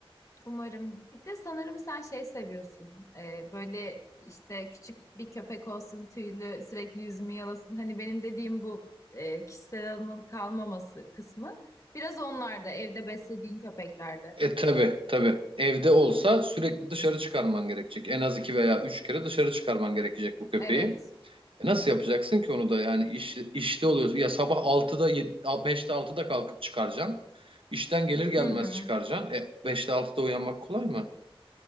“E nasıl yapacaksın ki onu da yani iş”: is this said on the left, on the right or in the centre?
Right